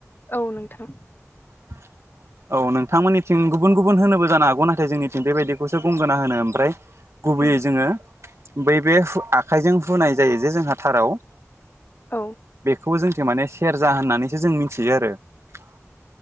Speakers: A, on the left; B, on the right.
A: औ नोंथां ।
B: <unintelligible> औ नोंथां मोननिथिं गुबुन गुबुन होनोबो जानो हागौ नाथाय जोंनिथिं बेबायदिखौसो गंगोना होनो ओमफ्राय गुबैयै
A: ओं
B: जोङो बै बे आखाइजों हुनाय जायो जे जोंहा थाराव
A: औ ।
B: खौ जोंनिथिं माने सेरजा होन्नानैसो जों मिथियो आरो ।